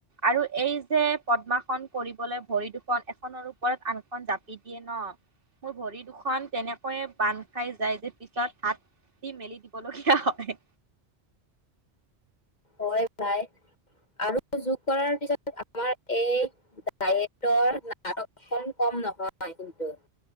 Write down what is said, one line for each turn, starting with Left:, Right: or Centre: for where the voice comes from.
Right: আৰু এই যে, পদ্মাসন কৰিবলৈ ভৰি দুখন এখনৰ ওপৰত আনখন জাপি দিয়ে ন মোৰ ভৰি দুখন তেনেকৈয়ে বান্ধ খাই যায় যে, পিছত হাতদি মেলি দিবলগীয়া হয়।
Left: হয়, ভাই আৰু যোগ কৰাৰ পিছত আমাৰ এই ডায়েটৰ নাটকখন কম নহয়, কিন্তু।